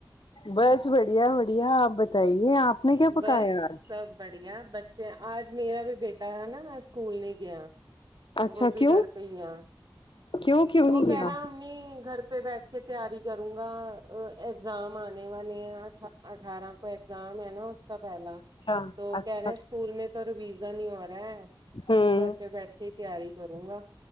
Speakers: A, on the left; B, on the right.
A: بس بڑھیا بڑھیا اپ بتائیے اپ نے کیا پکایا
B: بس
A: اج
B: سب بڑھیا بچے اج میرا بھی بیٹا ہے نا اسکول نہیں گیا
A: اچھا
B: وہ بھی
A: کیوں
B: گھر پہ ہی یہ
A: کیوں کیوں نہیں
B: وہ کہہ
A: گیا
B: رہا امی گھر پہ بیٹھ کے تیاری کروں گا ایگزام انے اٹھارہ کو ایگزام ہے نا اس کا پہلا
A: اچھا
B: تو
A: اچھا
B: کہہ رہے اسکول میں تو رویزا نہیں ہو رہا ہے
A: ہوں
B: تو گھر پہ بیٹھ کے ہی تیاری کروں گا